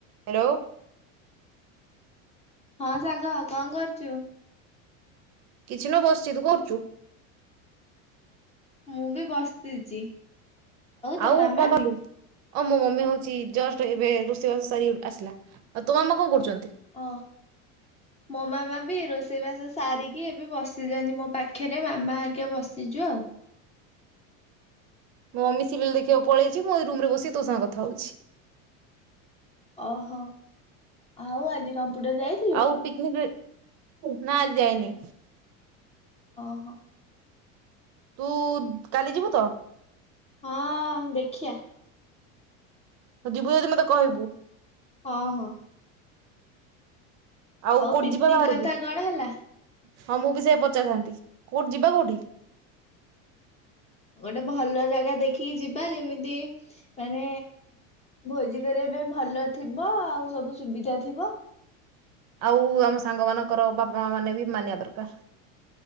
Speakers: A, on the right; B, on the left.
A: Hello.
B: ହଁ ଶାଗ କଣ କରୁଛୁ?
A: କିଛି ନ ବସିଚି ତୁ କରୁଛୁ।
B: ମୁଁ ବି ବସିଛି। ତୋ
A: ଆଉ
B: ମାମା?
A: କଣ କଲୁ? ହଁ ମୋ ମମି ହଉଛି ଜଷ୍ଟ ଏବେ ରୋଷେଇବାସ ସାରି ଆସିଲା ଆଉ ତୋମ ମାମା କଣ କରୁଛନ୍ତି?
B: ଓ। ମୋ ମାମା ବି ରୋଷେଇବାସ ସାରିକି ଏବେ ବସିଯାଆନ୍ତି ମୋ ପାଖରେ ମାମା ହରିକା ବସିଛୁ ଆଉ।
A: ମୋ ମମି ସିରିଏଲ ଦେଖିବାକୁ ପଳେଇଛି ମୁଁ ଏଇ ରୁମ ରେ ବସିକି ତୋ ସାଙ୍ଗେ କଥା ହଉଛି।
B: ଓହୋ ଆଉ ଆଜି କମ୍ପ୍ୟୁଟର ଯାଇ
A: ଆଉ ପିକନିକ ନା ଆଜି ଯାଇନି।
B: ଅ ହ।
A: ତୁ କାଲି ଯିବୁ ତ?
B: ହଁ ଦେଖିଆ।
A: ଯିବୁ ଯଦି ମତେ କହିବୁ।
B: ହଁ ହଁ।
A: ଆଉ କୋଉଠି
B: ପିକନିକ
A: ଯିବା ବାହାରକୁ
B: କଥା କଣ ହେଲା?
A: ହଁ ମୁଁ ବି ସେୟା ପଚାରିଥାନ୍ତି କୋଉଠି ଯିବା କୋଉଠି?
B: ଗୋଟେ ଭଲ ଜାଗା ଦେଖିକି ଯିବା ଯେମିତି ମାନେ ଭୋଜି କରିବା ପାଇଁ ଭଲ ଥିବ ଆଉ ସବୁ ସୁବିଧା ଥିବ
A: ଆଉ ଆମ ସାଙ୍ଗ ମାନଙ୍କର ବାପା ମା ମାନେ ବି ମାନିବା ଦରକାର